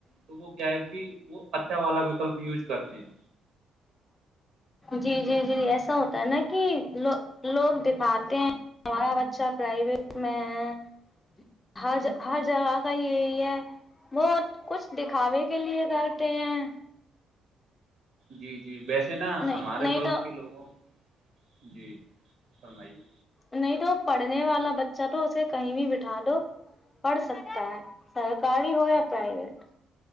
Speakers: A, on the right; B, on the left.
A: تو وہ کیا ہے کہ وہ اچھا والا وکلپ یوز کرتے ہیں
B: جی جی جی ایسا ہوتا ہے نا کہ لو لوگ دکھاتے ہیں ہمارا بچہ پرائیویٹ میں ہے ہر جا ہر جگہ کا یہی ہے بت کچھ دکھاوے کے لیے کرتے ہیں
A: جی جی ویسے نا
B: نہیں
A: ہمارے
B: نہیں
A: ملک
B: تو
A: کے لوگوں جی فرمائیے
B: نہیں تو پڑھنے والا بچہ تو اسے کہیں بھی بٹھا دو پڑھ سکتا ہے سرکاری ہو یا پرائیویٹ